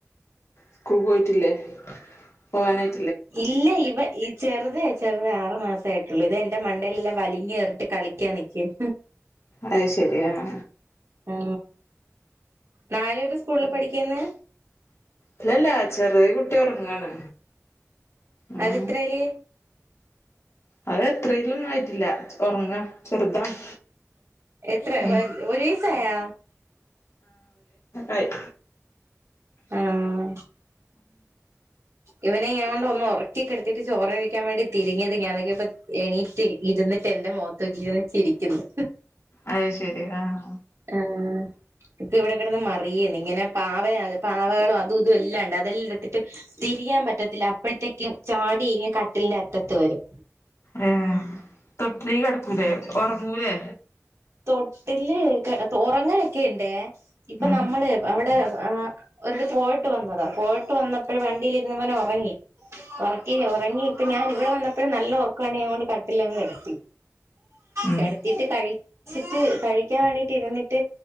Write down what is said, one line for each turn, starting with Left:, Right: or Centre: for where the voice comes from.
Left: സ്കൂൾ പോയിട്ടില്ലേ പോവാനായിട്ട
Right: ഇല്ലേ ഇവ ഈ ചെറുത ചെറുതേ ആറ് മാസ ആയിട്ടുള്ളു ഇത എൻന്റെ മണ്ടയിലെല്ലാം വലിഞ്ഞ് കയറിട്ട് കളിക്കാ നിക്കും
Left: അത് ശെരിയാ ആ
Right: ആ നാല്സ്കൂളില് പഠിക്കന്ന്
Left: ഇല്ലല്ലാ ചെറിയ കുട്ടി ഉറങ്ങാണ് ഉം
Right: അവ ര് എത്ത റേല്
Left: അത് എത്രേലുംന്നും ആയിട്ടില്ല ഉറങ്ങാ ചെറുതാണ്
Right: എത്ര
Left: ഉം
Right: ഒരിസായോ
Left: ആയ്
Right: ആം ഇവനെ ഞൻ കൊണ്ട് ഒന്ന് ഉറക്കൊെടുത്തിട്ട് ചോറ് കഴിക്കാൻ വേണ്ടി തിരിഞ്ഞത് ഞാാനൊക്ക ഇപ്പോ എണീറ്റ് ഇരുന്നട്ട്ന്നെ എന്റെ മോത്തുകീ ച്ചിരിക്കുന്നു
Left: അത് ശരി ആഹ
Right: ആഹ് ഇപ്പൊ ഇവിടെക്കടന്ന് മറിയേന്ന് ഇങ്ങനെ പാവ അ പാവകളും അതും ഇതും എല്ലാ ഉണ്ട് അതെല്ലാം എടുത്തിട്ട് തിരിയാൻ പറ്റത്തില്ല അപ്പോഴത്തേക്കും ചാടിഴ കട്ട ന്റെ അറ്റത്ത് വരും
Left: ഏ തൊട്ടിലി കിടക്കൂലേ ഉറങ്ങൂലേ
Right: തൊട്ടില് ഉറങ്ങനൊക്കെ ഉണ്ട് ഇപ്പൊ
Left: ഉം
Right: നമ്മള് അവിടെ ഒരു പോയിട്ട് വന്നതാ പോയിട്ട് വന്നപ്പോഴ വണ്ടിയിലിരുുന്നവന ഉറങ്ങി ഉറക്കി ഉറങ്ങി ഇപ്പൊ ഞാൻ ഇവിടെ വന്നപ്പോഴും നല്ല ഉറക്കാണ് ഞ കൊണ്ട് കട്ടില്ലങ്ങ് കടത്തി
Left: ഉം
Right: കിടത്തിട്ട് കഴി വച്ചിട്ട് കഴിക്കാൻ വേണ്ടിട്ട് ഇരുന്നിട്ട്